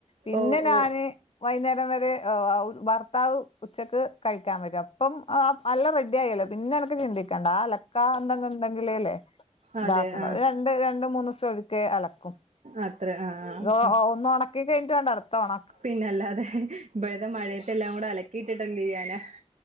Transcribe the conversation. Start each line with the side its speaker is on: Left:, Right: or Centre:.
Left: പിന്നെ
Right: ഓ
Left: ഞാന്
Right: ഓ
Left: വൈന്നേരം വരെ ഒ ആഹ് ഭർത്താവ് ഉച്ചക്ക് കഴിക്കാൻ വരും അപ്പം ആ ആഹ് എല്ലം റെഡി ആയല്ലോ പിന്നെ എനക്ക് ചിന്തിക്കേണ്ട ആ അലക്കാ എന്തെങ്കും ഇണ്ടെങ്കിലല്ലേ
Right: അതെ
Left: ഇതാക്കണ്ട
Right: ആഹ്
Left: <unintelligible> ണ്ട് രണ്ട് മൂന്ന് ദിവസോക്കെ അലക്കും
Right: അത്ര ആഹ് ആഹ്
Left: അത് ഒ
Right: ആഹ്
Left: ഒന്നൊണക്കാ ക്കെ കഴിഞ്ഞിട്ട് വേണ്ട അടുത്ത ഓണ
Right: പിന്നല്ലാതെ ഇപ്പഴ്ത്തെ മഴയത്തെല്ലാം കൂടെ അലക്കിയിട്ടിട്ട് എന്ത് ചെയ്യാനാ